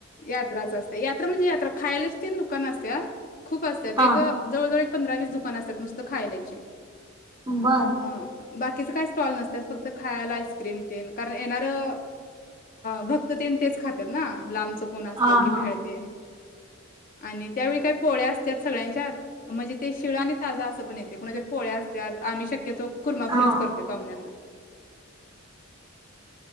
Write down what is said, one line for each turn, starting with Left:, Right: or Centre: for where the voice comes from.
Left: यात्राच असते या यात्रा म्हणजे यात्र खायल्याची तेन दुकानं असत्यात. खूप असतात
Right: हा.
Left: एक जवळव एक पंधरा वीस दुकान असतात नुसतं खायला. छे.
Right: बर
Left: म बाकी. तिच काय स्टॉल नसत फक्त खायला आईस्क्रीम तेन कारण येणारं भक्त ते तेच खात. लांबच कोण असलं
Right: हा
Left: की भेळतेन
Right: हा.
Left: आणि त्यावेळी काही पोळ्या असत्यात सगळ्यांच्यात म्हणजे ते शिळ आणि ताज असं पण येतय कुणाच्यात पोळ्या असत्यात आम्ही शक्यतो कुर्मापुरीेच
Right: हा
Left: करतोय पाहुण्यांना.